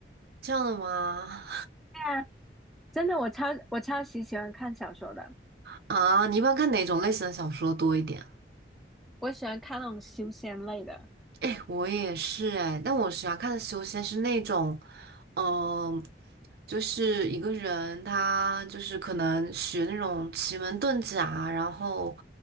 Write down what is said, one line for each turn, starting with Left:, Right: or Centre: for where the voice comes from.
Right: 这样的吗？
Centre: 对啊，真的，我超我超级喜欢看小说的，
Right: <laughs> 啊，你一般看哪种类型的小说多一点啊？
Centre: 我喜欢看那种修仙类的。
Right: 哎，我也是哎，但我喜欢看的修仙是那种，嗯、就是一个人他就是可能学那种奇门遁甲，然后，